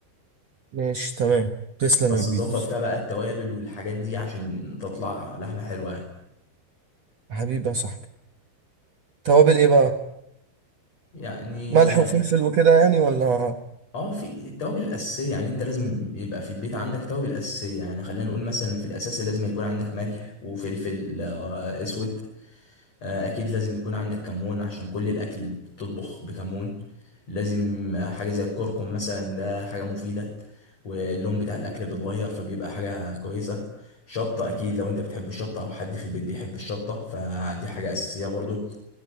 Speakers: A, on the right; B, on the left.
A: ماشي تمام تسلم
B: بس
A: يا كبير
B: تظبط فيها بقى التوابل والحاجات دي عشان تطلع لحمه حلوه يعني
A: حبيبي يا صاحبي توابل ايه بقى
B: يعني
A: ملح وفلفل وكده يعني ولا
B: اه في التوابل الاساسيه يعني انت لازم يبقى في البيت عندك توابل اساسيه يعني خلينا نقول مثلا في الاساسي لازم يكون عندك ملح وفلفل آه، اسود آه، اكيد لازم يكون عندك كمون عشان كل الاكل اللي بتطبخ بكمون لازم آه، حاجه زي الكركم مثلا ده حاجه مفيده واللون بتاع الاكل بيتغير فبيبقى حاجه كويسه شطه اكيد لو انت بتحب الشطه او حد في البيت بيحب الشطه فدي حاجه اساسيه برضو